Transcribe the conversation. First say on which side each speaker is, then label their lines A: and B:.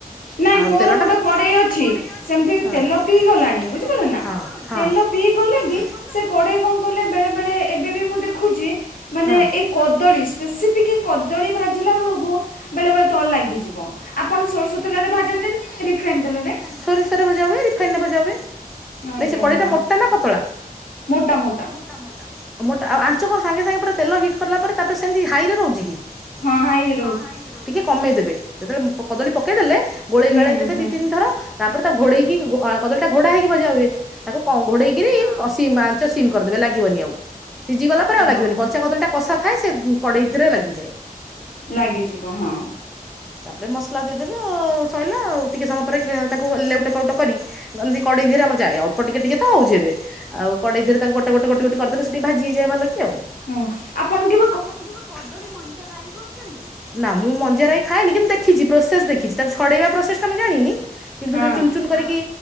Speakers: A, on the left; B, in the centre.
A: ନାଇଁ
B: ଆଉ
A: ମୋର
B: ତେଲା
A: ଗୋଟେ
B: <unintelligible>
A: କଡେଇ ଅଛି
B: ମିତି
A: ସେମିତି
B: ତେଲ
A: ପିଇ ଗଲାଣି
B: ପିଇଗଲା
A: ବୁଝିପାରିଲେ ନା
B: ତେ
A: ତେଲ
B: ପିଇଲା
A: ପିଇ ଗଲେ
B: <unintelligible>
A: ବି ସେ କଡେଇ କଣ କହିଲେ ବେଳେ ବେଳେ ଏବେ ବି ମୁଁ ଦେଖୁଛି ମାନେ
B: କଦଳୀ
A: ଏଇ କଦଳୀ ରେସିପି କି କଦଳୀ ଭାଜିଲା ବେଳକୁ ବେଳେ ବେଳେ ତଳ ଲାଗିଯିବ ଆପଣ ସୋରିଷ ତେଲରେ ଭାଜନ୍ତି ନା ରିଫାଇନ ତେଲରେ?
B: ସୋରିଷରେ ଭଜା ହୁଏ ରିଫାଇନ ରେ ଭଜା ହୁଏ।
A: ଆଜ୍ଞା
B: ନାଇଁ ସେଇ କଡ଼େଇ
A: ହଁ।
B: ଟା ମୋଟା ନା ପତଳା?
A: ମୋଟା ମୋଟା
B: ମୋଟା, ଆଉ ଆଞ୍ଚ କଣ ସାଙ୍ଗେ ସାଙ୍ଗେ ପରେ ତେଲ ହିଟ୍ କଲା ପରେ ତାପରେ ସେମିତି ହାଇରେ ରହୁଛି କି?
A: ହଁ ହାଇରେ
B: ହଁ ହାଇରେ ରହୁଛି, ଟିକେ କମେଇଦେବେ। ସେତେବେଳେ କଦଳୀ ପକେଇ ଦେଲେ ଗୋଳେଇ
A: ହୁଁ
B: ଗାଳେଇ ଦେବେ
A: ହୁଁ
B: ଦି, ତିନି ଥର ତାପରେ ତାକୁ ଘୋଡେଇକି କଦଳୀ ଟା ଘୋଡା ହେଇକି ଭଜା ହୁଏ ତାକୁ କଣ ଘୋଡେଇକିରି ସିମ ଆଞ୍ଚ ସିମ କରିଦେବେ ଲାଗିବନି ଆଉ ସିଝିଗଲା ପରେ
A: ଓହୋ।
B: ଆଉ ଲାଗିବନି କଞ୍ଚା କଦଳୀ ଟା କଷା ଥାଏ ସେ କଡ଼େଇ ଦେହେରେ ଲାଗିଯାଏ।
A: ଲାଗିଯିବ ହଁ,
B: ତାପରେ ମସଲା ଦେଇଦେବେ ଆଉ ସଇଲା ଆଉ ଟିକେ ସମୟ ପରେ ତାକୁ ଲେଉଟ ପାଉଟ କରି ଏମିତି କଡ଼େଇ ଧିରେ ଆମର ଯାଏ ଅଳ୍ପ ଟିକେ ଟିକେ ତ ଆଉ କଡେଇ ଦେହରେ ତାକୁ ଗୋଟେ, ଗୋଟେ, ଗୋଟି, ଗୋଟି କରିଦେଲେ ସେ ଟିକେ ଭାଜି ହେଇଯାଏ ଭଲ କି ଆଉ
A: ହଁ, ଆପଣ କେ
B: ଆପଣ କେବେ କଦଳୀ ମଞ୍ଜା ରାଇ କରିଚନ୍ତି? ନା ମୁଁ ମଞ୍ଜାରାଇ ଖାଏନି କିନ୍ତୁ ଦେଖିଛି ପ୍ରୋସେସ ଦେଖିଛି ତାକୁ ଛଡେଇବା ପ୍ରୋସେସ ଟା ମୁଁ ଜାଣିନି କିନ୍ତୁ
A: ହଁ
B: ଯୋଉ ଚୁନ ଚୁନ କରିକି